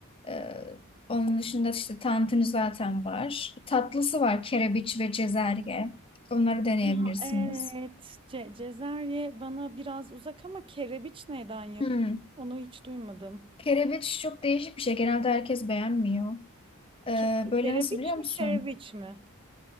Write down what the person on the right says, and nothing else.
Ya evet, Ce Cezerye bana biraz uzak ama kerebiç neyden yap?
Onu hiç duymadım.
Ke
kerebiç
mi, kereviç mi?